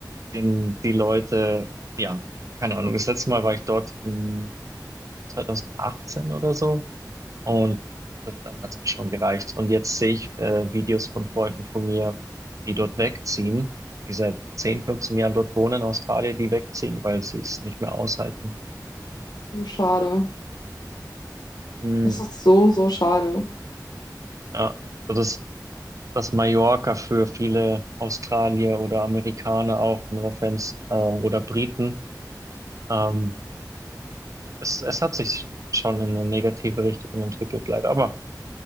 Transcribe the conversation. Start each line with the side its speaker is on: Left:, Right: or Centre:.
Right: den die Leute, ja, keine Ahnung, das letzte Mal war ich dort in 2018 oder so und das, dann hat es mir schon gereicht. Und jetzt sehe ich äh, Videos von Freunden von mir, die dort wegziehen, die seit 10, 15 Jahren dort wohnen in Australien, die wegziehen, weil sie es nicht mehr aushalten.
Left: so schade.
Right: Mm,
Left: Das ist so, so schade.
Right: ja, so das dass Mallorca für viele Australier oder Amerikaner auch, no offense, äh, oder Briten, ähm, es, es hat sich schon in eine negative Richtung entwickelt, leider. Aber